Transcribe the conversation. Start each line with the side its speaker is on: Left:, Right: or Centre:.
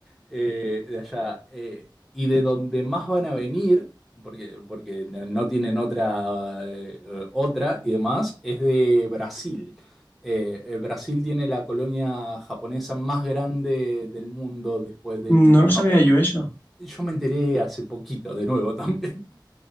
Centre: eh, de allá. eh, y de donde más van a venir, porque, porque no no tienen otra, eh, eh, otra y demás, es de Brasil. Eh, eh, Brasil tiene la colonia japonesa más grande del mundo después del
Left: No
Centre: mismo
Left: lo
Centre: Japón.
Left: sabía yo eso.
Centre: Yo me enteré hace poquito, de nuevo también. <laughs>